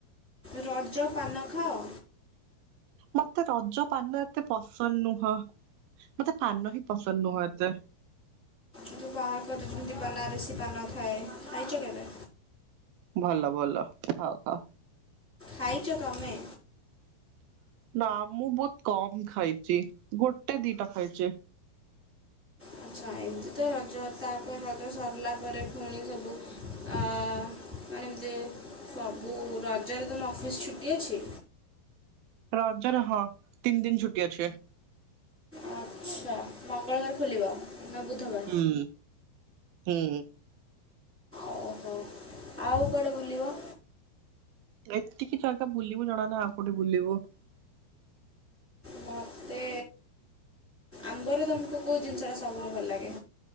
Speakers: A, in the centre; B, on the right.
A: ରଜ ପାନ ଖାଅ?
B: ମତେ ରଜ ପାନ ଏତେ ପସନ୍ଦ ନୁହଁ! ମତେ ପାନ ହିଁ ପସନ୍ଦ ନୁହଁ ଏତେ!
A: ଯେଉଁ ବାହାଘର ଯେମିତି ବନାରେସି ପାନ ଥାଏ ଖାଇଛ କେବେ?
B: ଭଲ ଭଲ ହଉ ହଉ!
A: ଖାଇଛ ତମେ?
B: ନା ମୁଁ ବହୁତ କମ ଖାଇଛି ଗୋଟେ ଦିଟା ଖାଇଛି!
A: ଆଚ୍ଛା ଏମିତି ତ ରଜ ତାପରେ ରଜ ସରିଲା ପରେ ପୁଣି ସବୁ ଆ ମାନେ ଏମିତି ସବୁ ରଜରେ ତମ ଅଫିସ୍ ଛୁଟି ଅଛି?
B: ରଜରେ ହଁ ତିନି ଦିନ ଛୁଟି ଅଛି!
A: ଆଚ୍ଛା ମଙ୍ଗଳବାର ଖୋଲିବ ନା ବୁଧବାର?
B: ହୁଁ ହୁଁ।
A: ଓହୋ ଆଉ କୁଆଡ଼େ ବୁଲିବ?
B: ଏତିକି ଜାଗା ବୁଲିବୁ ଜଣା ନା ଆଉ କୋଉଠେ ବୁଲିବୁ!
A: ମତେ ଆମ୍ବର ତମକୁ କଉ ଜିନିଷଟା ସବୁଠୁ ଭଲ ଲାଗେ?